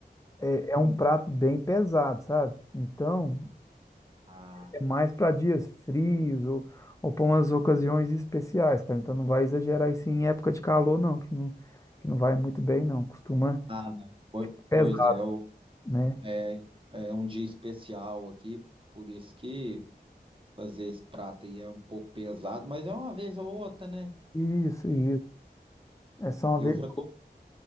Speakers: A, on the left; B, on the right.
A: é,
B: Hum.
A: é um prato bem pesado, sabe? Então,
B: Ah,
A: É mais para dias frios ou, ou para umas ocasiões especiais, cara. Então não vai exagerar isso em época de calor, não, que não, que não vai muito bem, não. Costuma
B: ah, não. Pois,
A: pesar,
B: pois é, o-
A: né?
B: é, é um dia especial aqui, por isso que fazer esse prato aí é um pouco pesado, mas é uma vez ou outra, né?
A: Isso, isso. É só uma
B: E
A: vez.
B: eu já tô,